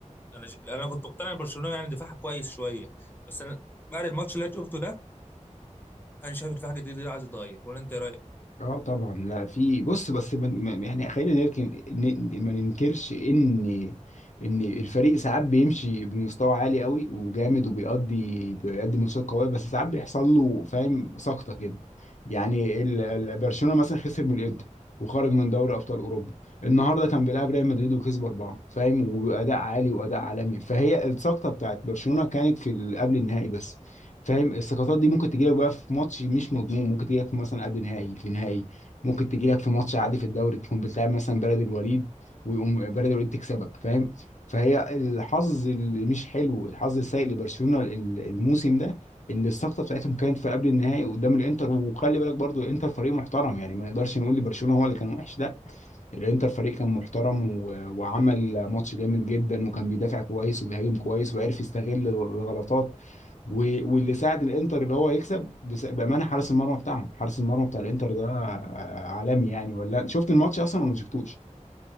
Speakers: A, on the left; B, on the left.
A: انا ش- انا كنت مقتنع إن برشلونه يعني دفاعها كويس شويه بس انا بعد الماتش اللي أنا شفته ده انا شايف دفاع جديد ده عايز يتغير ولا انت إيه رايك؟
B: اه طبعا لا في بص بس من من- يعني خلينا نركن ن- ما ننكرش ان ان الفريق ساعات بيمشي بمستوى عالي قوي وجامد وبيقضي بيقدم ماتشات قويه بس ساعات بيحصل له فاهم سقطه كده يعني ال- ال- برشلونه مثلا خسر من الانتر وخرج من دوري ابطال اوروبا النهارده كان بيلعب ريال مدريد وكسب اربعه فاهم واداء عالي واداء عالمي فهي السقطه بتاعت برشلونه كانت في ال- قبل النهائي بس فاهم السقطات دي ممكن تجيلك بقى في ماتش مش مضمون ممكن تجيلك في مثلا قبل نهائي في نهائي ممكن تجيلك في ماتش عادي في الدوري تكون بتلعب مثلا بلد الوليد ويقوم بلد الوليد تكسبك فاهم فهي الحظ اللي مش حلو الحظ السيء لبرشلونة ال- الموسم ده اللي السقطه بتاعتهم كانت في قبل النهائي قدام الانتر وخلي بالك برضو الانتر فريق محترم يعني ما نقدرش نقول لبرشلونة هو اللي كان وحش لا الانتر فريق كان محترم و... وعمل ماتش جامد جدا وكان بيدافع كويس وبيهاجم كويس وعرف يستغل الغلطات و... واللي ساعد الانتر اللي هو يكسب بس... بامانه حارس المرمى بتاعهم حارس المرمى بتاع الانتر ده آه، عالمي يعني ولا شفت الماتش اصلا ولا ما شفتوش